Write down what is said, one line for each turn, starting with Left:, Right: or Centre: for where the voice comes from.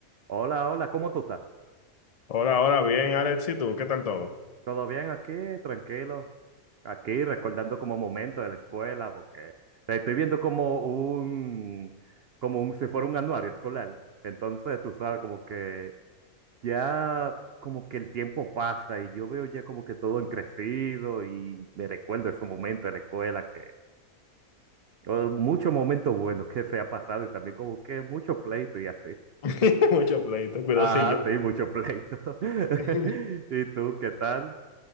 Right: Hola, hola, ¿cómo tú estás?
Left: Hola, hola, bien, Alex, ¿y tú? ¿Qué tal todo?
Right: ¿Todo bien aquí? Tranquilo. Aquí recordando como momentos de la escuela, porque estoy viendo como un, como un, si fuera un anuario escolar. Entonces, tú sabes, como que ya, como que el tiempo pasa y yo veo ya como que todo en crecido y me recuerdo esos momentos de la escuela que, eh, muchos momentos buenos que se ha pasado y también como que mucho pleito y así.
Left: <laughs> Mucho pleito, cuidosillo.
Right: Ajá, sí, mucho pleito. <laughs>
Left: <laughs>
Right: ¿Y tú qué tal?